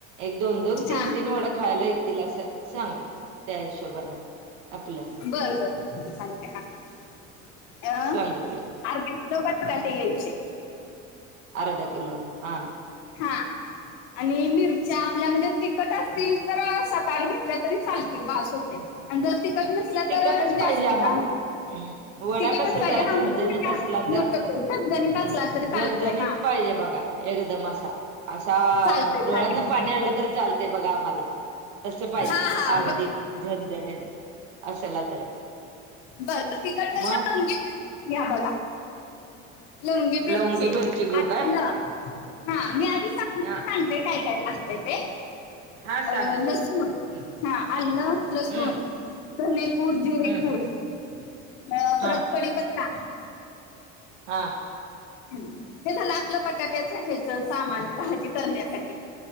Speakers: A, on the right; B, on the left.
A: एक दोन दोन तीन
B: हा
A: तीन वड खायला येतील असं सांगा. त्या हिशोबन आपल
B: बरं बरं सांगते सांगते हा
A: सांगा
B: अ
A: की
B: अर्धा किलो बटाटे घ्यायचे.
A: अर्धा किलो हा
B: हा आणि मिरच्या आपल्या म्हणजे तिखट असतील तर सातआठ घेतल्या तरी चालतील बास होतय. आणि जर तिकट नस नसल्या
A: तिखटच
B: तर जास्त
A: पाहिजे आम्हाला.
B: घ्या
A: वडा
B: तिखट
A: कस
B: चं पाहिजे
A: जरा झणझणीत
B: ना मं तुम्ही जास्त
A: असला
B: तो तर झणझणीत असला तरी चालतय
A: झणझणीत
B: हा
A: पाहिजे बघा एकदम असा असा
B: चालतंय
A: डोळ्यातना
B: चालतंय
A: पाणी आलं तर चालतय बघा आम्हाला तस पाहिजे
B: हा हा
A: अगदी
B: ब-
A: झणझणीत असला तर
B: बर तिकट लवगी
A: मग
B: मिरची घ्या बला लंवगी मिरचे
A: लवंगी मिरची घेऊ
B: आलं
A: काय
B: हा मी आधी सांगितली
A: हा
B: सांग ते काय काय लागतंय ते
A: हा
B: अ
A: सांगा की
B: लसूण
A: हम्म
B: हा अल्लं लसूण
A: हम्म
B: धनेपूड जिरेपूड
A: हम्म
B: अ
A: हा
B: परत कडीपत्ता
A: हा
B: हम् हे झालं आपलं बटाट्याच ह्याच सामान भाजी करण्यासाठी